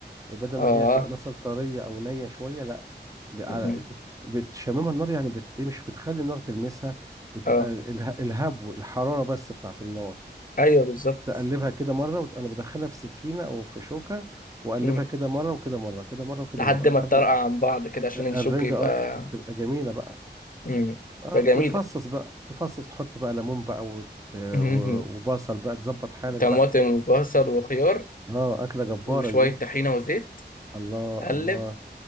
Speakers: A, on the right; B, on the left.
A: بدل
B: اه
A: ما هي تبقى مثلا طريه او نيه شويه لا ب- على-
B: مم.
A: بتشممها النار يعني بت... ايه مش بتخلي النار تلمسها بتبقى
B: اه
A: اله- الهبو الحراره بس بتاعت النار
B: ايوه بالظبط
A: تقلبها كده مرة وت... أنا بدخلها في سكينة أو في شوكة وأقلبها
B: مم.
A: كده مرة وكده مرة كده مرة وكده
B: لحد
A: مرة
B: ما
A: لحد
B: تطرقع
A: ما
B: عن بعض كده عشان الشوك
A: الرنجة
B: يبقى
A: أه ت- تبقى جميلة بقى
B: مم.
A: أه
B: تبقى جميله
A: وتفصص بقى تفصص تحط بقى ليمون بقى وت... و...
B: <laughs>
A: وبصل بقى تظبط حالك
B: طماطم
A: بقى
B: وبصل وخيار
A: أه أكلة جبارة
B: وشوية
A: دي
B: طحينة وزيت
A: الله
B: قلب
A: الله